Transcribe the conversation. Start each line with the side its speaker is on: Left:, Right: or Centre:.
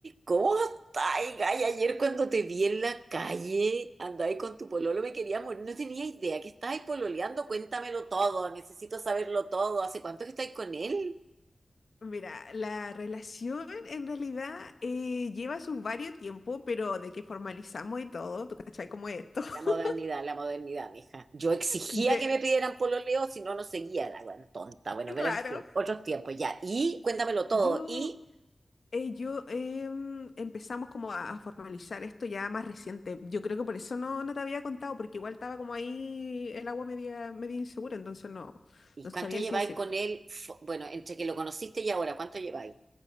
Right: ¿Cómo estáis, Gay? Ayer cuando te vi en la calle, andáis con tu pololo, me quería morir. No tenía idea que estabais pololeando. Cuéntamelo todo, necesito saberlo todo. ¿Hace cuánto que estáis con él?
Left: Mira, la relación en realidad eh, lleva su varios tiempo, pero de que formalizamos y todo, ¿tú cachai cómo es esto? <laughs>
Right: La modernidad, la modernidad, mija. Yo exigía
Left: De,
Right: que me pidieran pololeo, si no, no seguía. La bueno, tonta, bueno,
Left: claro,
Right: pero en fin, otros tiempos ya. Y cuéntamelo todo.
Left: yo,
Right: ¿Y,
Left: eh, yo em, empezamos como a, a formalizar esto ya más reciente. Yo creo que por eso no, no te había contado, porque igual estaba como ahí el agua media, media insegura, entonces no,
Right: y
Left: no
Right: cuánto
Left: sabía
Right: lleváis
Left: si decirte.
Right: con él? Fu- Bueno, entre que lo conociste y ahora, ¿cuánto lleváis?